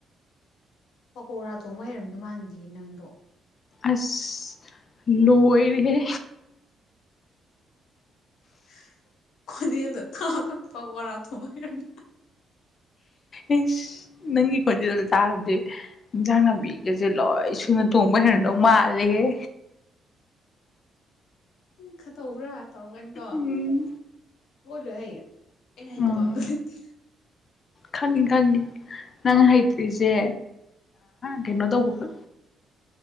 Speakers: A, on the left (about 75°); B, on the left (about 45°).
A: ꯄꯀꯧꯔꯥ ꯊꯣꯡꯕ ꯍꯩꯔꯝꯗꯣ ꯃꯥꯟꯗꯌꯦ ꯅꯪꯗꯣ
B: ꯑꯁ ꯂꯣꯏꯔꯦ
A: <inaudible> ꯈꯣꯟꯗꯤꯗ ꯊ ꯊꯄ ꯊꯣꯏꯔꯅꯤ
B: ꯑꯦ ꯅꯪꯒꯤ ꯈꯣꯟꯖꯦꯜꯗ ꯆꯥꯔꯗꯤ ꯏꯟꯖꯥꯡ ꯅꯥꯕꯤꯒꯁꯦ ꯂꯣꯏ ꯁ ꯁꯤ ꯇꯣꯡꯝꯕ ꯍꯅꯣ ꯃꯥ ꯂꯩꯦ
A: ꯈꯔ ꯇꯧꯕ꯭ꯔꯥ ꯇꯧꯔꯒꯅꯤꯀꯣ
B: ꯎꯝ
A: ꯂꯣꯏ ꯂꯣꯏ ꯍꯌꯦꯡ ꯌꯦꯅꯥꯏꯇꯣ
B: ꯎꯝ
A: ꯃꯪꯔ ꯏꯗꯔ
B: ꯈꯪꯉꯤ ꯈꯪꯉꯤ ꯅꯪ ꯍꯩꯇ꯭ꯔꯤꯁꯦ ꯀꯦꯝꯅꯗꯧꯕꯕꯈ